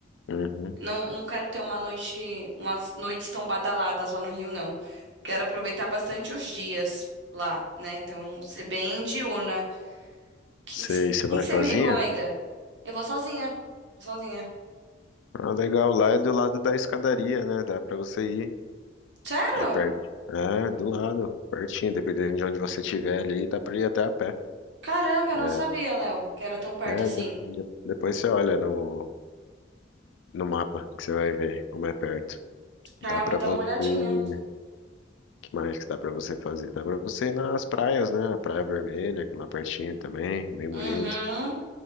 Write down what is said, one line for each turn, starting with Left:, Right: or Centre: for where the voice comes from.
Left: Uhum.
Right: Não, não quero ter uma noite, umas noites tão badaladas lá no Rio, não. Quero aproveitar bastante os dias lá, né? Então, ser bem diurna. O que
Left: Sei, você vai
Right: que você
Left: sozinha?
Right: me recomenda? Eu vou sozinha. Vou sozinha.
Left: Ah, legal, lá é do lado da escadaria, né? Dá pra você ir.
Right: Sério?
Left: É perto. É, do lado, pertinho, dependendo de onde você estiver ali, dá pra ir até a pé.
Right: Caramba, eu
Left: É,
Right: não sabia, Léo, que era tão perto
Left: é,
Right: assim.
Left: de- de- depois você olha no, no mapa que você vai ver como é perto.
Right: Tá,
Left: Dá pra
Right: vou dar
Left: você.
Right: uma olhadinha.
Left: que mais que dá pra você fazer? Dá pra você ir nas praias, né? Praia Vermelha, que é lá pertinho também, bem bonito.
Right: Uhum,